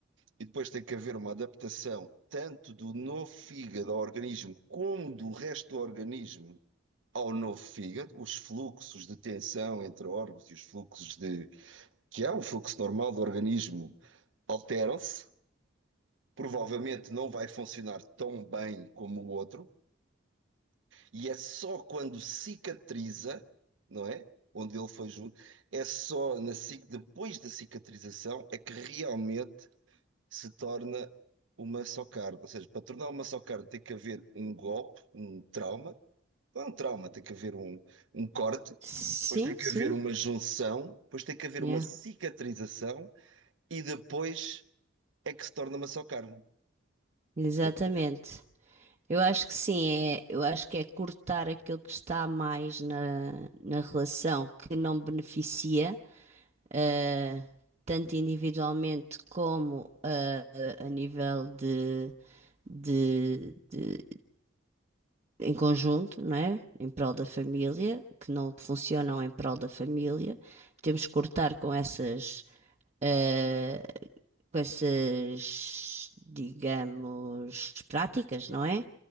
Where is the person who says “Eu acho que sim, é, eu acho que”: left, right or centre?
Right